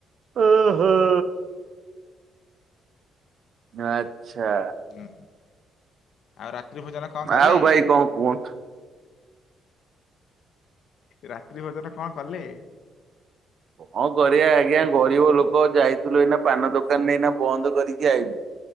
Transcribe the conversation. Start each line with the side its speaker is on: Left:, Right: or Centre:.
Right: ଓ ହୋଁ। ଆଛା
Left: ହୁଁ ଆଉ ରାତ୍ରି ଭୋଜନ କଣ କଲେ
Right: ଆଉ ଭାଇ କଣ କୁହନ୍ତୁ?
Left: ରାତ୍ରୀ ଭୋଜନ କଣ କଲେ?
Right: କଣ କରିବା ଆଜ୍ଞା ଗରିବ ଲୋକ ଯାଇଥିଲୁ ଏଇନା ପାନ ଦୋକାନ ଏଇନା ବନ୍ଦ କରିକି ଆଇଲୁ।